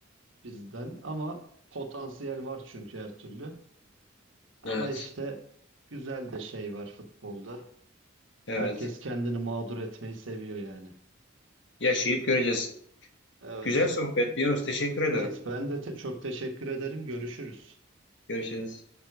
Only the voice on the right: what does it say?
bizden ama potansiyel var çünkü her türlü. Ama
işte güzel de şey var futbolda.
Herkes kendini mağdur etmeyi seviyor yani.
Evet.
Evet ben de te- çok teşekkür ederim. Görüşürüz.